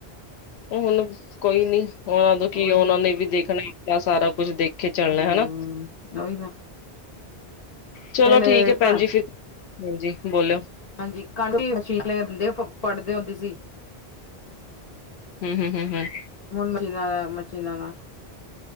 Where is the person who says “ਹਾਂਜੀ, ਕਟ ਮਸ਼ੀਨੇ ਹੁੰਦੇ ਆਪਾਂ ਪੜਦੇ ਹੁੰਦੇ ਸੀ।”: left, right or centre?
Left